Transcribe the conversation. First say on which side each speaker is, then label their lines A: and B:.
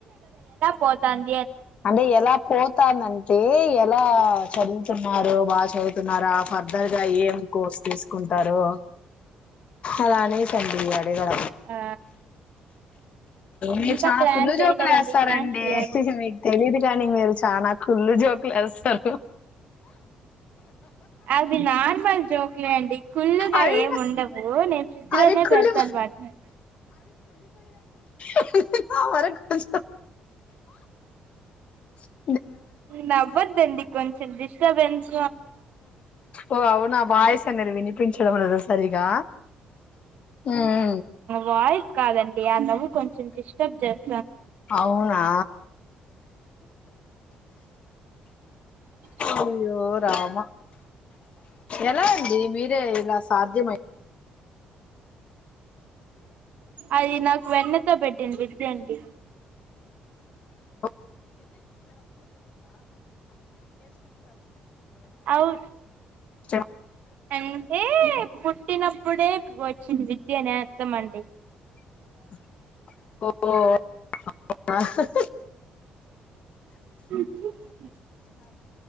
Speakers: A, on the right; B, on the left.
A: పోతాను
B: అంటే ఎలా పోతానంటే అలా చదువుతున్నారు. బాగా చదువుతున్నారా, ఫర్దర్ గా ఏం కోర్స్ తీసుకుంటారు. అలా అనేసండి అడగల
A: ఆ
B: మీరు
A: ఇంకా
B: చాలా
A: ప్లాన్
B: కుళ్ళు
A: చేయలేదండి
B: జోకులు వేస్తారండి
A: ప్లాన్ చెయ్యాలి
B: మీకు తెలిదు కాని మీరు చాలా కూల్ జోక్లు వేస్తారు
A: అది నార్మల్ జోక్లే అండి కుళ్ళు గా
B: అవి
A: ఏమి ఉండవు నేను ఫ్రిడ్జ్
B: అవి
A: లోనే
B: కుళ్ళి
A: పెడతాను వాట్నీ
B: ఇహ్ ఇహ్ హ హ
A: నవ్వద్ అండి కొంచెం డిస్టబెన్స్
B: ఓ అవునా వాయిస్ అన్నది వినిపించ చెడమనద ఒకసారిగా ఉహు
A: వాయిస్ కాదండి అ అన్నము కొంచెం ఇష్ట టెక్ట్
B: అవునా
A: అ
B: అయ్యో రామా ఎలా అండి మీరే ఇలా సాధ్యం అయ్
A: అది నాకు వెన్నెతో పెట్టిన వి. థాంక్యూ.
B: <unintelligible> <unintelligible> <unintelligible>
A: అవు
B: చ్చ.
A: అంటే పుట్టినప్పుడే వచ్చింది విద్యనే అర్థం అండి.
B: <unintelligible>
A: <inaudible>